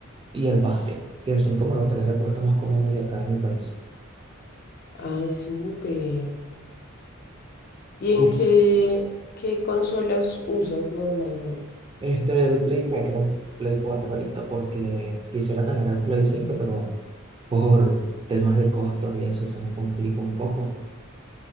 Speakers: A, on the right; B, on the left.
A: y el básquet, que son como los tres deportes más comunes de acá en mi país.
B: ah súper. ¿Y
A: Y
B: en qué, qué consolas usas normalmente?
A: este, el Play 4 Play 4 ahorita, porque quisiera tener el Play 5 pero bueno, por temas de costos y eso se me complica un poco.